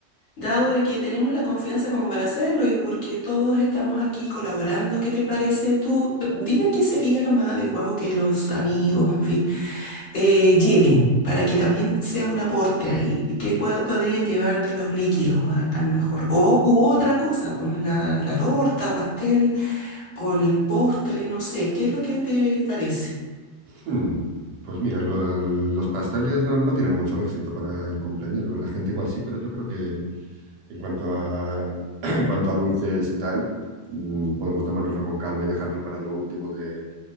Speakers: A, on the left; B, on the right.
A: Dado de que tenemos la confianza como para hacerlo y porque todos estamos aquí colaborando, ¿qué te parece tú? D- Dime qué sería lo más adecuado que los amigos, en fin, eh, lleven para que también sea un aporte ahí. y ¿Qué pue- podrían llevar de los líquidos a, a lo mejor? O u otra cosa, pues la, la torta o pastel o el postre, no sé. ¿Qué es lo que te parece?
B: Hmm, Pues mira, lo- los pasteles no, no tienen mucho éxito para el cumpleañero. La gente igual sí, pero yo creo que en cuanto a, <clears throat> en cuanto a dulces y tal, mm, podemos tomárnoslo con calma y dejarlo para lo último de,